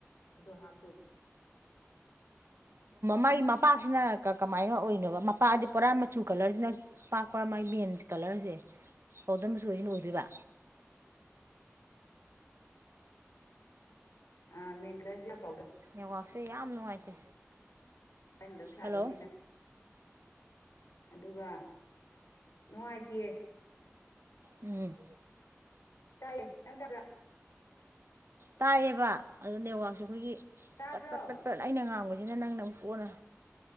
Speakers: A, on the left; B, on the right.
A: ꯑꯗꯨ ꯍꯥꯞꯄꯤꯔ
B: ꯃꯥꯒꯤ ꯃꯄꯥꯛꯁꯤꯅ ꯀꯃꯥꯏꯅ ꯑꯣꯏꯅꯣꯕ ꯃꯄꯥꯛꯑꯗꯤ ꯄꯨꯔꯥ ꯃꯆꯨ ꯀꯂꯔꯁꯤꯅ ꯑꯄꯥꯛꯄ ꯃꯥꯒꯤ ꯃꯦꯟꯁ ꯀꯂꯔꯁꯦ ꯄꯥꯎꯗꯝ ꯃꯆꯨꯁꯤꯅ ꯑꯣꯏꯗꯣꯏꯕ
A: ꯑ ꯃꯦꯦꯟꯒꯂ ꯄꯥꯎꯗ
B: ꯅꯦꯠꯋꯥꯛꯁꯦ ꯌꯥꯝ ꯅꯨꯡꯉꯥꯏꯇꯦ
A: ꯍꯟꯗꯛ ꯁꯥꯗꯣꯏꯁꯤꯅ
B: ꯍꯜꯂꯣ
A: ꯑꯗꯨꯒ ꯅꯨꯡꯉꯥꯏꯇꯌꯦ
B: ꯎꯝ
A: ꯇꯥꯏꯌꯦ ꯅꯡ ꯇꯕ꯭ꯔꯥ
B: ꯇꯥꯏꯌꯦꯕ ꯑꯗꯣ ꯅꯦꯠꯋꯥꯛꯁꯦ ꯑꯩꯈꯣꯏꯒꯤ
A: ꯇꯥꯕ꯭ꯔꯣ
B: ꯄꯠ ꯄꯠ ꯄꯠ ꯄꯠ ꯑꯩꯅ ꯉꯥꯡꯕꯕꯁꯤꯁ ꯑꯅ ꯅꯪꯅ ꯑꯃꯨꯛ ꯀꯣꯟꯅ